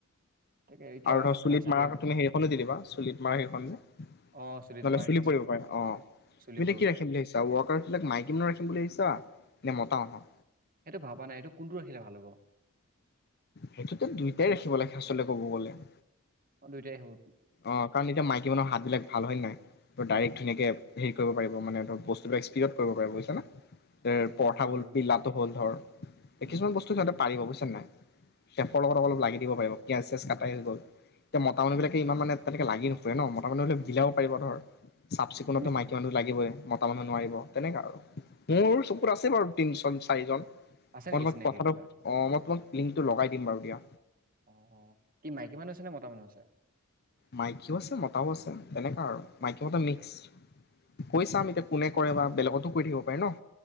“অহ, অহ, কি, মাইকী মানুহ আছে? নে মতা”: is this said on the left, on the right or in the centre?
Right